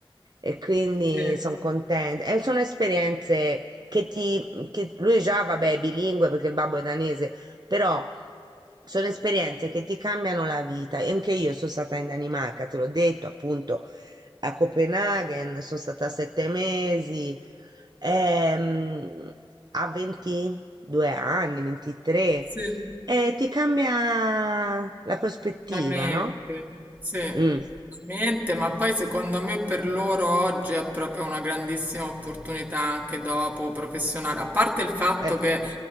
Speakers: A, on the right (about 45°); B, on the right (about 20°).
A: E quindi
B: sì,
A: sono contenta. E sono esperienze che ti... che- lui già, vabbè, è bilingue perché il babbo è danese, però sono esperienze che ti cambiano la vita. E anche io sono stata in Danimarca, te l'ho detto, appunto, a Copenaghen, sono stata sette mesi, ehm, a 22 anni, 23,
B: sì.
A: e ti cambia la prospettiva,
B: La mente,
A: no?
B: sì, la
A: Mh,
B: mente, ma poi secondo me per loro oggi è proprio una grandissima opportunità anche dopo professionale, a parte il fatto
A: eh,
B: che